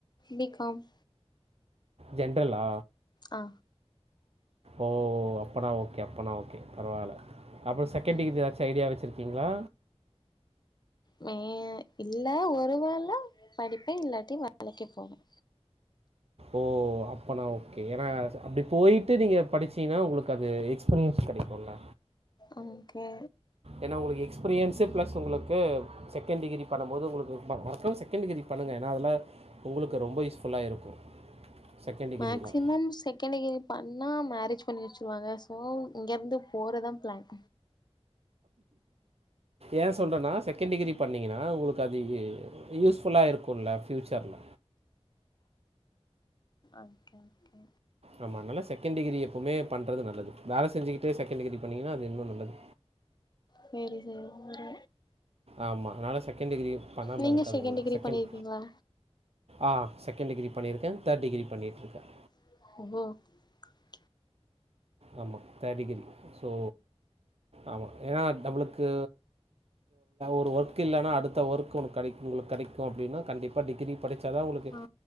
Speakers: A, on the left; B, on the right.
A: பிகாம்
B: ஜென்ரல்லா
A: ஆ
B: ஓஓஓ அப்பனா ஓகே அப்பனா ஓகே பரவாயில்ல அப்புற செகண்ட்டிகிரிஎதாச்சிம்
A: ம்
B: ஐடியா வச்சிருக்கு ஓங்களா
A: மே இல்ல ஒரு வேளை படிப்பேன் இல்லாட்டி வேலைக்கு போவே
B: ஓ அப்பனா ஓகே ஏன்னா அப்படி போயிட்டு நீங்க படிச்சீங்கன்னா உங்களுக்கு அது எக்ஸ்பீரியன்ஸ் கிடைக்கும்ல
A: ஆ கே
B: ஏன்னா உங்களுக்கு எக்ஸ் எக்ஸ்பீரியன்ஸ்சு ப்ளஸ் உங்களுக்கு செகண்ட் டிகிரி பண்ணம்போது உங்களுக்கு மறக்காம செகண்ட் டிகிரி பண்ணுங்கள் ஏன்னால் அதில உங்களுக்கு ரொம்ப யூஸ்ஃபுல்லா இருக்கும் செகண்ட் டிகிரிலாம்
A: மேக்சிமம் செகண்ட் டிகிரி பண்ணா மேரேஜ் பண்ணி வச்சருவாங்க சோ இங்க இருந்து போறதான் பிளான்
B: ஏன் சொல்றேன்னா செகண்ட் டிகிரி பண்ணீங்கன்னா உங்களுக்கு அது யூஸ்ஃபுல்லா இருக்கும்ல ஃயூச்சர்ல
A: ஓகே ஓகே
B: ஆமா அதனால செகண்ட் டிகிரி எப்பவுமே பண்றது நல்லது வேல செஞ்சுக்கிட்டே செகண்ட் டிகிரி பண்ணீங்கன்னா அது இன்னும் நல்லது
A: செரி செரி <unintelligible>
B: ஆமா அதனால செகண்ட் டிகிரி பண்ணாம
A: நீங்க
B: இருக்காதிங்க
A: டிகிரி
B: செகண்ட்
A: பண்ணிருக்கீங்களா
B: ஆ செக் செகண்ட் டிகிரி பண்ணிருக்கேன் தேர்ட் டிகிரி பண்ணிட்ருக்கேன்
A: <unintelligible>
B: ஆமா தேர்டிகிரி ஸோ ஆமா ஏன்னா நம்மளுக்கு ஒரு ஒர்க் இல்லலன்னா அடுத்த ஒர்க் உனக்கு கெடைக்கும் உங்களுக்கு கிடைக்கும் அப்டின்னா கண்டிப்பா டிகிரி படிச்சாதான் உங்ளுக்கு
A: ஆ